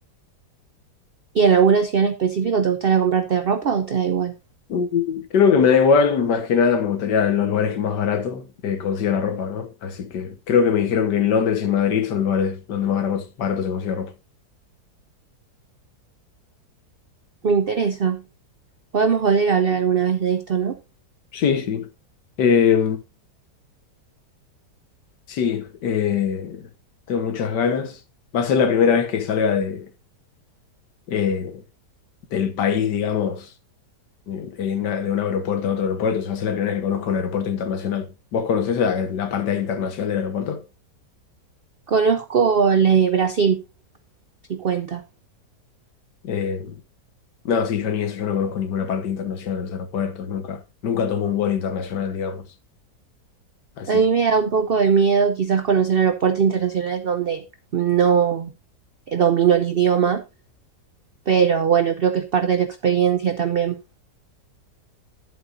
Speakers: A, on the right; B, on the left.
A: ¿Y en alguna ciudad en específico te gustaría comprarte ropa o te da igual?
B: Mm, Creo que me da igual, más que nada me gustaría en los lugares que más barato eh, consiga la ropa, ¿no? Así que creo que me dijeron que en Londres y en Madrid son lugares donde más barato, barato se consigue ropa.
A: Me interesa. Podemos volver a hablar alguna vez de esto, ¿no?
B: Sí, sí. Eh, sí, eh, tengo muchas ganas. Va a ser la primera vez que salga de, eh, del país, digamos, de, una- de un aeropuerto a otro aeropuerto. O sea, va a ser la primera vez que conozco un aeropuerto internacional. ¿Vos conocés la, la parte internacional del aeropuerto?
A: Conozco la de Brasil, si cuenta.
B: Eh, no, sí, yo ni eso, yo no conozco ninguna parte internacional de los aeropuertos, nunca, nunca tomo un vuelo internacional, digamos. Así
A: A mí
B: que.
A: me da un poco de miedo quizás conocer aeropuertos internacionales donde no domino el idioma, pero bueno, creo que es parte de la experiencia también.